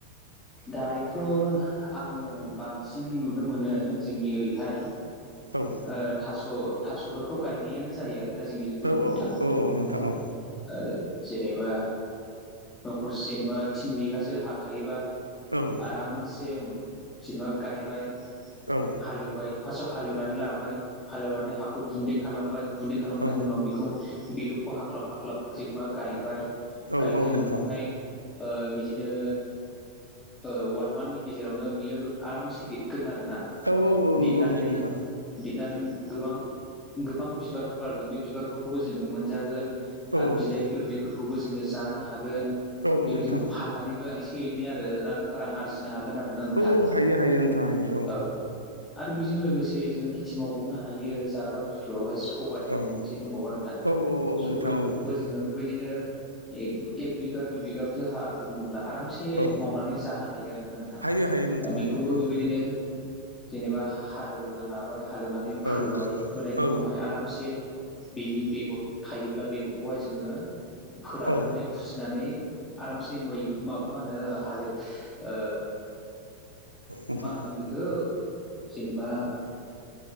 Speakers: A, on the left; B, on the right.
A: दायोथ आङो बांसिन नुनो मोनो जोंनि ओरैहाय
B: औ
A: ओ थास थासफोरखौ गायनायानो जायो आरोना जोंनिजोंबो
B: औ
A: नोंथां
B: औ नोंथां औ
A: आरो जेनेबा न'खरसे जेनेबा थिन बिगासो हा थायोबा
B: औ
A: आरामसे जेनेबा गायबाय
B: औ
A: हालेवबाय फार्स्टआव हालेवनानै लाबाय हालेवनानै हाखौ गुन्दै खालामबाय गुन्दै खालामखांनायनि
B: औ
A: उनाव बेखौ बेदरखौ हाख्लाब हाख्लाब जेनेबा गायबाय
B: औ
A: गायखांनायनि
B: औ नोंथां
A: उनावहाय ओ बिदिनो अवान मान्थनि गेजेरावनो बियो आरामसे देदगोन आरोना
B: औ औ
A: देदनानै
B: नंगौ नंगौ नोंथां
A: देदनानै गोबां गोबां बिबारफोर बारगोन बे बिबारफोरखौबो जोङो मोनजागोन
B: औ
A: आरो
B: औ
A: बिलाइ गोरलैफोरखौबो जोङो जानो हागोन
B: औ
A: बेबायदिनो
B: नोंथां
A: फाननानैबो एसे बेनो आरो रां रां आरजिनो हागोन आरोना नोंथां
B: औ औ हायो हायो नोंथां हायो
A: औ आरो बेजों लोगोसे जोङो खेथि मावबावनो हायो जाग्रा बुस्थुआवहाय सबाय होननाय
B: औ
A: मोनसे दंबावो आरो दा
B: औ औ
A: सबायाइफोरखौबो
B: नोंथां औ
A: जोङो बेबायदिनो एग एग बिगा हा दङब्ला आरामसे
B: औ
A: मावनानै जानो हायो आरोना नोंथां
B: हायो हायो नोंथां
A: बेखौबो
B: हायो औ
A: बेबायदिनो जेनेबा हालेवग्रा लाबाय हालेवनानै फोबाय
B: औ
A: फोनायनि
B: औ
A: उनावहाय आरामसे बेनि बेगर थायोब्ला बेगरखौहाय जोङो फोराननानै
B: औ
A: फुथिनानै आरामसे मै मा होनो हालेव ओ
B: नोंथां
A: मा होनो बेखौ जेनेबा